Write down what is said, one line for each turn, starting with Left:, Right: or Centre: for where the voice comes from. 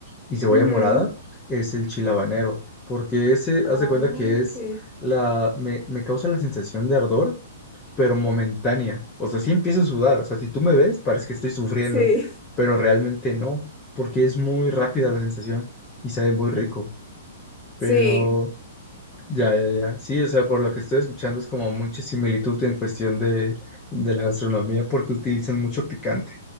Left: y cebolla
Centre: ujú,
Left: morada, es el chile habanero, porque ese,
Centre: ah,
Left: haz de cuenta que
Centre: ok,
Left: es la, me, me causa la sensación de ardor, pero momentánea, o sea, sí empiezo a sudar, o sea, si tú me ves, parece que estoy sufriendo,
Centre: sí,
Left: pero realmente no, porque es muy rápida la sensación y sabe muy rico. Pero
Centre: sí.
Left: ya, ya, ya. Sí, o sea, por lo que estoy escuchando es como mucha similitud en cuestión de, de la gastronomía porque utilizan mucho picante.